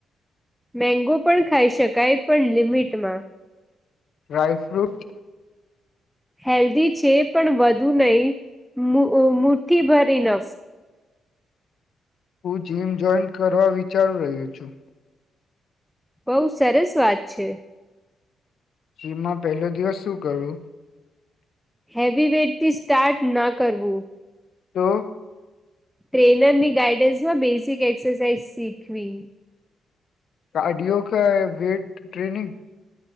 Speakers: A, in the centre; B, on the left.
A: મેંગો પણ ખાઈ શકાય પણ લિમિટમાં
B: ડ્રાય ફ્રૂટ
A: હેલ્ધી છે પણ વધુ નહી મુઠ્ઠી ભરી ન
B: હું જીમ જોઈન કરવા વિચારું રહ્યો છું.
A: બઉુ સરસ વાત છે.
B: સીમાં પેલો દિવસ શું કરવું?
A: હેવી વેટથી સ્ટાર્ટ ના કરવું
B: તો
A: ટ્રેનર ની ગાઈડન્સ માં બેસિક એક્સરસાઇઝ શીખવી
B: આડિયો કા વેટ ટ્રેનિંગ